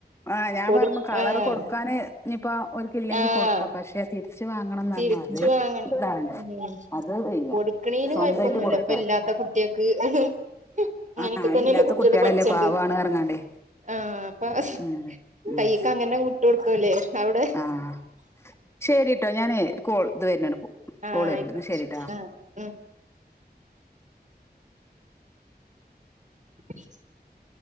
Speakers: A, on the left; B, on the right.
A: ആഹ് ഞാൻ
B: കൊടു
A: പറഞ്ഞു കളറ്
B: ആഹ്
A: കൊടുക്കാന് ഇനിപ്പ ഓൻക്ക് ഇല്ലക്കില്ലെങ്കി
B: ആഹ്
A: കൊടുക്കാ പക്ഷെ തിരി ച്ച് വാങ്ങണംന്ന്
B: തിരിച്ചു
A: പറഞ്ഞു അത്
B: വാങ്ങ
A: ഇതാണ്
B: ഉം
A: അത് വയ്യ
B: കൊടുക്കണേന്
A: സ്വന്തായിട്ട്
B: കൊഴപ്പൊന്നുല്ല
A: കൊടുക്ക
B: ഇപ്പ കുട്ടിൾക്ക് <unintelligible> അങ്ങനൊക്കെ
A: ആഹ് അതില്ലാത്ത
B: തന്നെയല്ലേ കുട്ട്യോള്
A: കുട്ടികളല്ലേ
B: പഠിച്ചണ്ട്
A: പാവാണ് പറഞ്ഞാണ്ടേ
B: ആഹ്
A: ഉം ഉം
B: കൈയിക്ക് അങ്ങനെ വിട്ടു കൊടുക്കാവുല്ലേ അവിടെ
A: ആഹ് ശരിട്ടോ ഞാനേ കോൾ ഇത് വരുന്നുണ്ട്
B: ആഹ്
A: കോൾ വരുന്നുണ്ട്
B: ആയിക്കോട്ടെ
A: എന്ന ശരിട്ടാ
B: ആഹ് ഉം <inaudible>